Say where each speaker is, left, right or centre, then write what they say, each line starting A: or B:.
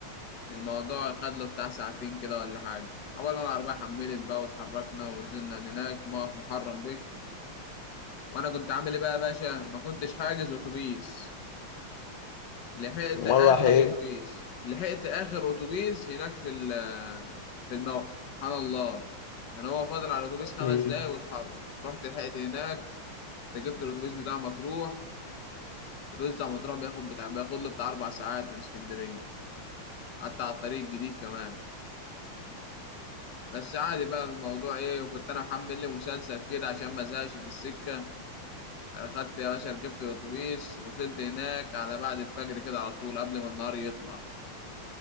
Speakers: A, on the left; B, on the left.
A: الموضوع خد له بتاع ساعتين كده ولا حاجه اول ما العربيه حملت بقى واتحركنا ونزلنا هناك موقف محرم بك وانا كنت عامل ايه بقى يا باشا ما كنتش حاجز اتوبيس لحقت
B: مرة
A: اخر
B: راح ايه؟
A: اتوبيس لحقت اخر اتوبيس هناك في ال- في الموقف سبحان الله كان هو فاضل على الاتوبيس خمس
B: مم.
A: دقايق واتحرك رحت لحقت هناك ركبت الاتوبيس بتاع مطروح الاتوبيس بتاع مطروح بياخد بتاع بياخد له بتاع اربع ساعات من اسكندريه حتى على الطريق الجديد كمان بس عادي بقى الموضوع ايه وكنت انا محمل لي مسلسل كده عشان ما ازهقش في السكه انا خدت يا باشا ركبت الاتوبيس وصلت هناك على بعد الفجر كده على طول قبل ما النهار يطلع